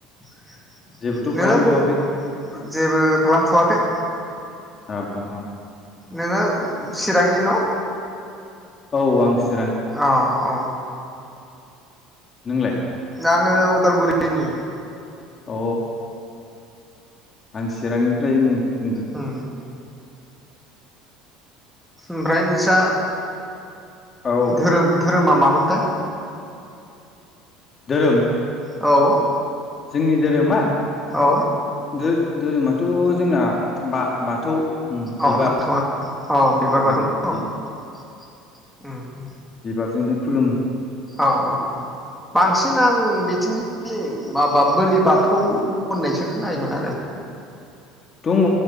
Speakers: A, in the centre; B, on the left (about 25°).
A: <inaudible>
B: जेबोथ'
A: नोङो
B: खालामथ'वाखै
A: ब जेबो खालामथ'वाखै <inaudible>
B: ओ अ अ
A: नोङो चिरांनि न'
B: औ सि
A: अ अ
B: नोंलाय
A: आङो उदालगुरिनि
B: अ आं चिरांनिफ्राय उम बुंदों
A: उम ओमफ्राय नोंस्रा
B: औ
A: धोरोम धोरोमा मामोनथाय
B: दोरोम
A: औ
B: जोंनि धोरोमा
A: औ
B: धोरोमाथ' जोंना बा बाथौ बिबार
A: अ बाथौ अ बिबार
B: उम
A: बाथौ न
B: बि
A: उम,
B: बिबारजोंनो खुलुमो
A: औ औ बांसिन आं बिथिं <unintelligible> माबा बोलि बाथौ होननायसो खोनायोमोन आरो
B: दंङ